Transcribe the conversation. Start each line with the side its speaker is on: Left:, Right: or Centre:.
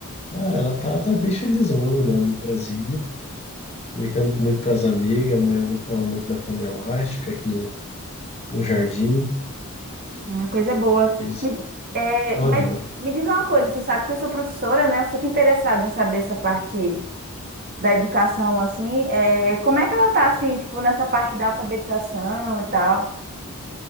Left: Ah, ela tá, tá bem felizona lá no prezinho, brincando com muito com as amigas, amanhã eu vou pular muito na cama elástica aqui no, no jardim.
Right: Ah, coisa boa.
Left: Fiz,
Right: Me- é,
Left: aham,
Right: mas me diz uma coisa, você sabe que eu sou professora, né? Eu fico interessada em saber essa parte da educação, assim. É, como é que ela tá, assim, tipo, nessa parte da alfabetização e tal?